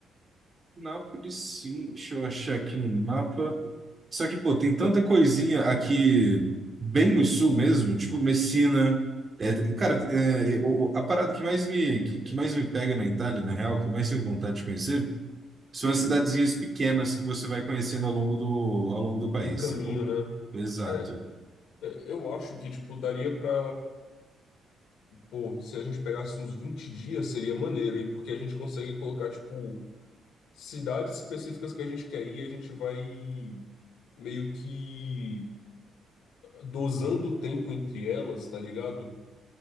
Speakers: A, on the right; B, on the left.
A: Nápoles, sim, deixa eu achar aqui no mapa. Só que, pô, tem
B: É,
A: tanta coisinha aqui bem no sul mesmo, tipo Messina. É, cara, é, o- o- a parada que mais me, que, que mais me pega na Itália, na real, que eu mais tenho vontade de conhecer, são
B: hum,
A: as cidadezinhas pequenas que você vai conhecendo ao longo do, ao longo do país,
B: do caminho,
A: sacou?
B: né?
A: Exato.
B: É, é, eu acho que, tipo, daria pra. Pô, se a gente pegasse uns 20 dias, seria maneiro, hein? Porque a gente consegue colocar, tipo, cidades específicas que a gente quer ir, a gente vai meio que dosando o tempo entre elas, tá ligado?